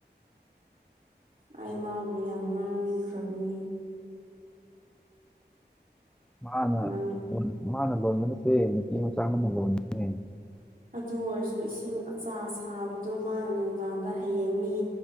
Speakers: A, on the right; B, in the centre.
A: ꯑꯩ ꯃꯥꯕꯨ ꯌꯥꯝ ꯉꯥꯡꯈ꯭ꯔꯕꯅꯤ
B: ꯃꯥꯅ
A: ꯅꯪ
B: ꯂꫭꯅ ꯃꯥꯅ ꯂꯣꯟꯕ ꯅꯠꯇꯦ ꯅꯨꯄꯤ ꯃꯆꯥ ꯑꯃꯅ ꯂꯣꯟꯅꯦ
A: ꯑꯗꯨ ꯑꯣꯏꯔꯁꯨ ꯏꯁꯤꯡ ꯑꯆꯥ ꯁꯥꯕꯗꯣ ꯃꯥꯅ ꯅꯨꯡꯗꯥꯡꯗ ꯍꯌꯦꯡꯅꯤ